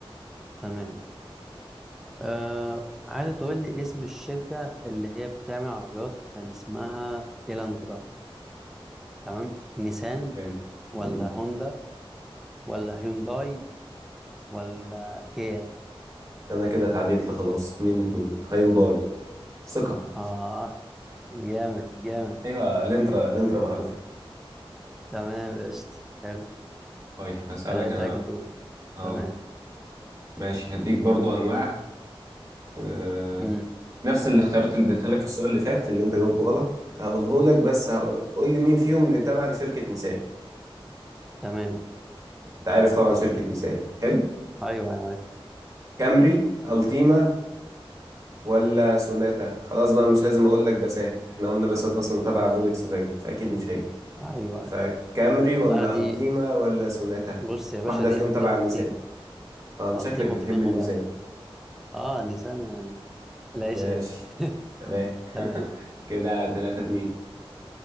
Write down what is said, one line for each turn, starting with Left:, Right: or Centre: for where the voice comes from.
Centre: تمام آه عايزه تقول لي اسم الشركه اللي هي بتعمل عربيات كان اسمها إيلاندرا تمام نيسان
Right: حلو
Centre: ولا
Right: مم.
Centre: هوندا ولا هيونداي ولا كيا
Right: انا كده اتعادلت خلاص 2-2 هيونداي ثقة
Centre: اه جامد جامد
Right: <laughs> ايوه الانترا الانترا معروفة
Centre: تمام قشطة حلو
Right: طيب هسألك
Centre: آه انت
Right: انا
Centre: عليك
Right: بقى
Centre: الدور
Right: اه
Centre: تمام
Right: ماشي هديك برضو انواع آه.
Centre: امم
Right: نفس الاختيارات اللي اديتها لك في السؤال اللي فات اللي انت جاوبته غلط هقوله لك بس هقول لي مين فيهم اللي تابع لشركة نيسان
Centre: تمام
Right: انت عارف طبعا شركة نيسان حلو
Centre: ايوه ايوه عارف
Right: كامري التيما ولا سوناتا خلاص بقى مش لازم اقول لك بسات احنا قلنا بسات اصلا تبع فولكس فاجن فاكيد مش هي
Centre: ايوه
Right: فكامري
Centre: عارف. لا
Right: ولا
Centre: دي
Right: التيما ولا سوناتا
Centre: بص يا
Right: واحدة
Centre: باشا دي
Right: فيهم تبع
Centre: دي الطيمه
Right: النيسان اه انت
Centre: الطيمه
Right: شكلك بتحب
Centre: بدون مبالغه
Right: النيسان
Centre: اه لسان يعني العيش
Right: ماشي
Centre: يعني <laughs>
Right: تمام
Centre: تمام
Right: <laughs> كده تلاتة اتنين